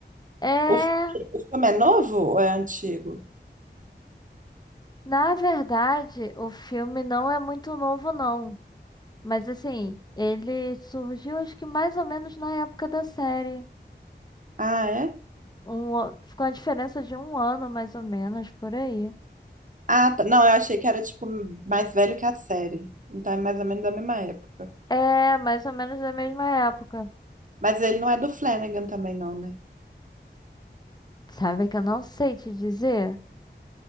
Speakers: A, on the left (about 20°); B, on the right (about 45°).
A: É.
B: O, fi- o filme é novo ou é antigo?
A: Na verdade, o filme não é muito novo, não. Mas assim, ele surgiu acho que mais ou menos na época da série.
B: Ah, é?
A: Um, o- com a diferença de um ano, mais ou menos, por aí.
B: Ah, tá. Não, eu achei que era tipo mais velho que a série. Então é mais ou menos da mesma época.
A: É, mais ou menos da mesma época.
B: Mas ele não é do Flanagan também, não, né?
A: Sabe que eu não sei te dizer?